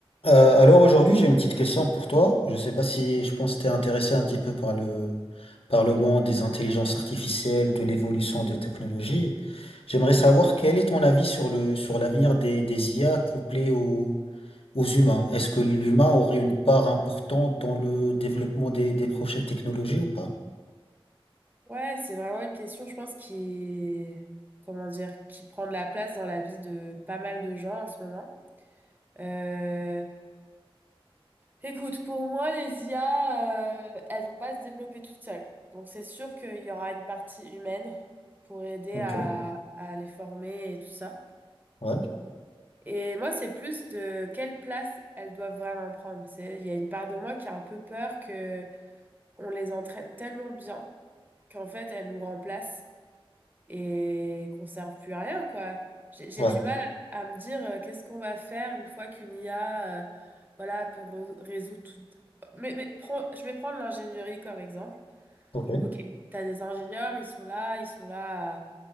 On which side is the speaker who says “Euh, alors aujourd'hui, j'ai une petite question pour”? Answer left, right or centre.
Left